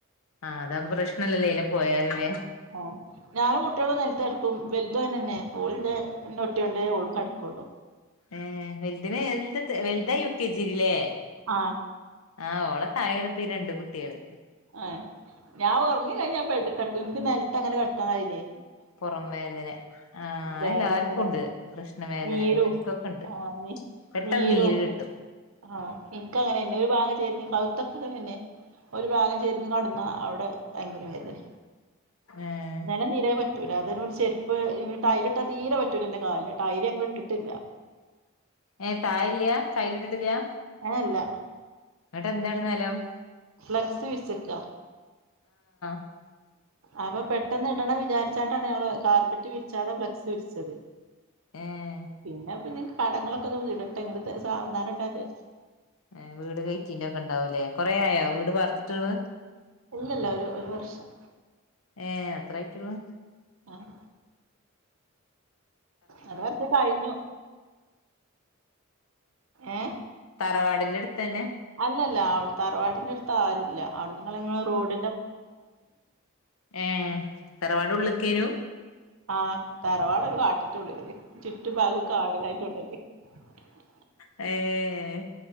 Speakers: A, on the left; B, on the right.
A: ആഹ് അതാവകുമ്പോ പ്രശ്നല്ലല്ലോ എയിലെ പോയാലുംല്ലെ
B: ആ ഞാനും കുട്ടികളും നെലത്തെടക്കും വെൽതുഅത്നെന്നെ ഓൾന്നെ ന്നെഒട്ടിട്ടിയാണ്ടേ ഓളും കെടക്കുള്ളു
A: ഏ വെൽതിനെ എൽദ്ത് വെൽതാ യൂകേജീല് ലേ
B: ആ
A: ആഹ് ഓളെ തായെണിപ്പീ രണ്ട് കുട്ടികള്
B: ആഹ് ഞാഒറങ്ങി കഴിഞ്ഞാ ബെഡ്ഡീ കെടക്കും ൻക്ക് നെൽത്ത് അങ്ങനെ കെടക്കാൻ കയ്ലേ
A: പൊറം വേദനെ ആഹ് അത്
B: വേദനകളാണ്
A: എല്ലാർക്കുണ്ട് പ്രശ്നം വേദനകള്
B: നീരും
A: ഇൻക്കൊക്കെണ്ട്
B: ആ നീ
A: പെട്ടെന്നീര്
B: നീരും ഒക്കെ
A: കെട്ടും
B: ആഹ് ഇൻക്കങ്ങനെരുന്ന് ഒരു ഭാഗം ചെരിഞ്ഞി കവുത്തക്കെങ്ങനെതന്നെ ഒരു ഭാഗം ചെരിഞ് കെടന്നാ അവിടെ ഭയങ്കര വേദന
A: ഏഹ്
B: ഇന്നലെതീരെ പ റ്റൂല അതിന് വേൺചെര്പ്പേ ഇനി ടൈലിട്ടാ തീരെ പറ്റൂല എന്റെ കാൽല് ടൈര് ഞങ്ങ ഇട്ടിട്ടില്ല
A: ഏ താഴേല്ല്യാ ടൈലിട്ടിട്ടില്ല്യാ
B: ഏ, അല്ല.
A: എന്ന്ട്ട്ന്തേ അവടെ, <unintelligible>
B: ഫ്ലക്സ്, വിര്ച്ച്ക്ക്അ.
A: <inaudible>
B: അപ്പ പെട്ടെന്ന് ഇടണം വിചാര്ച്ചാണ്ടാണ് ഞങ്ങള് കാർപ്പറ്റ് വിര്ച്ചാതെ ഫ്ലെക്സ് വിര്ച്ചത്
A: ഏഹ്
B: പിന്നെപ്പൊഞ്ഞി കടങ്ങളൊക്കൊന്ന് വീടട്ടെ ന്നട്ട്ത് സാവധാനടാചാര്ച്ച്
A: ഏ വീട് കയറ്റീന്റെ ഒക്കെണ്ടാവുംലേ കൊറേ ആയോ വീട് വാർത്ത്ട്ട്ങ്ങള്
B: ഇല്ലല്ല ഒരു ഒരു വർഷം
A: ഏ അത്രായിറ്റൊള്ളൂ
B: ആഹ് അത് കൊറ്ച്ച് കഴിഞ്ഞു ഏ
A: തറവാടിന്റെ എട്ത്തെന്നെ?
B: അല്ലല്ല അവ്ടെ തറവാടിന്റെട്ത്താരുല്ല അവുട്ന്ന് <unintelligible> റോഡ്
A: ഏ തറവാട് ഉള്ള്ക്കേയ്നു?
B: ആ തറവാടൊരു കാട്ട്ൻ്റുള്ലേയ് ചുറ്റുഭാഗും കാട് <unintelligible>
A: ഏ